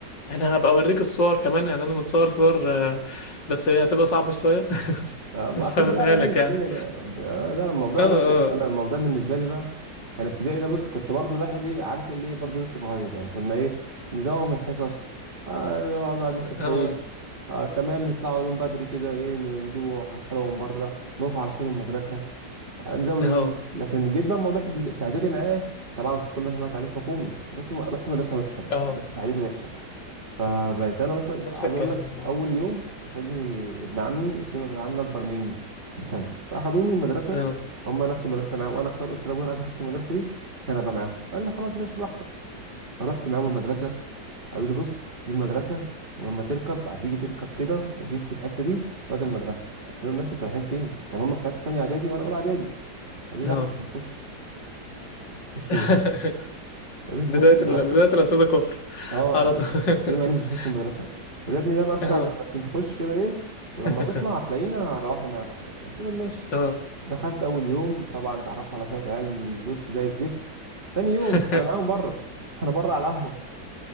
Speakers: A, on the left; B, on the right.
A: يعني هبقى اوريك الصور كمان يعني انا متصور صور آه، بس هي هتبقى صعبة شوية <laughs>
B: آه، ما
A: بس
B: اكيد
A: هوريها
B: بقى ايام
A: لك
B: الابتدائي
A: يعني
B: بقى انت آه، لا الموضوع
A: اه اه
B: بس انا الموضوع بالنسبه لي بقى كان ابتدائي ده بص كنت برضو الواحد ايه عارف اللي ايه برضو لسه صغير يعني كنا ايه نزوغ من الحصص آه، نقعد قاعدين في الحوش
A: اه
B: آه تمام نطلعوا يوم بدري كده ايه نجيبوا حاجات حلوه من بره نقف على سور المدرسه آه نزاولوا
A: اه
B: ميس لكن جيت بقى الموضوع في في اعدادي معايا طبعا كلنا هنا تعليم حكومي جيت م- رحت مدرسه وحشه بقى
A: اه
B: مدرسه في اعدادي وحشه فبقيت انا
A: <laughs>
B: مثلا
A: نفس
B: عايز
A: الكلام
B: اقول لك
A: عامة
B: اول يوم اخدني ابن عمي اتنين ولاد عمي اكبر مني بسنه فاخدوني المدرسه
A: اه
B: هم نفس المدرسه معاهم وانا اختار قلت لابويا انا عايز اخش المدرسه دي عشان ابقى معاهم قال لي خلاص ماشي براحتك فروحت معاهم المدرسه قالوا لي بص دي المدرسه ولما تركب هتيجي تركب كده وتمشي الحته دي وادي المدرسه قلت لهم ماشي انتوا رايحين فين كان هم في ساعتها تانية اعدادي وانا اولى اعدادي قالوا لي
A: اه
B: لا احنا مش بنخش مش بتخشوا
A: <laughs>
B: ايه؟ مش
A: بداية
B: بنخش المدرسه
A: ال... بداية الأسئلة كفر
B: اه
A: على طول
B: قلت لهم يعني
A: <laughs>
B: مش بتخش المدرسه قالوا يا ابني لا مالكش
A: اه
B: دعوه بينا بس انت خش كده ايه
A: <laughs>
B: ولما تطلع هتلاقينا هنروحوا معاك وبتاع قلت لهم ماشي
A: اه
B: دخلت اول يوم طبعا اتعرفت على شويه عيال بص زي الزفت تاني يوم
A: <laughs>
B: انا معاهم بره <laughs> انا بره على القهوه